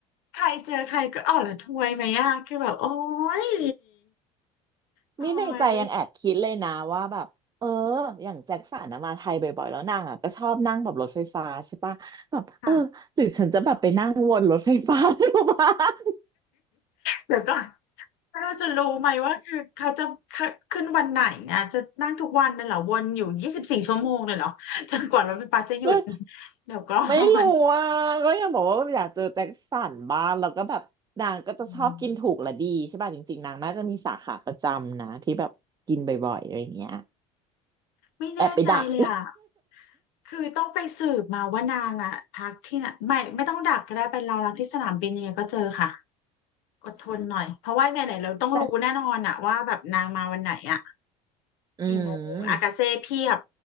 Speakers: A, on the left; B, on the right.
A: ใครเจอใครก็อ่อนระทวยไหมอ่ะคือแบบโอ้ยโอ้ย
B: นี่ในใจยังแอบคิดเลยนะว่าแบบเอออย่างแจ็คสันนะมาไทยบ่อยๆแล้วนางอ่ะก็ชอบนั่งแบบรถไฟฟ้าใช่ปะแบบเออหรือฉันจะแบบไปนั่งวนรถไฟฟ้าดูบ้าง
A: ค่ะ เดี๋ยวก่อน แล้วเราจะรู้ไหมว่าคือเขาจะขึ้นวันไหนเนี่ยจะนั่งทุกวันเลยเหรอวนอยู่ยี่สิบสี่ชั่วโมงเลยเหรอจนกว่ารถไฟฟ้าจะหยุด
B: ไม่ <laughs>
A: <laughs> เดี๋ยวก่อน
B: ไม่รู้อ่ะก็ยังบอกว่าอยากเจอแจ็คสันบ้างแล้วก็แบบนางก็จะชอบกินถูกและดีใช่ป่ะจริงๆนางน่าจะมีสาขาประจำนะที่แบบกินบ่อยๆอะไรอย่างเงี้ย
A: อืมไม่แน่ใจเลยอ่ะ
B: แอบไปดัก
A: คือต้องไปสืบมาว่านางอ่ะพักที่ไหนไม่ไม่ต้องดักก็ได้ไปรอรับที่สนามบินยังไงก็เจอค่ะอดทนหน่อยเพราะว่าไหนๆเราต้องรู้แน่นอนอ่ะว่าแบบนางมาวันไหนอ่ะ
B: <laughs> แต่อืม
A: กี่โมงอากาเซ่เพียบ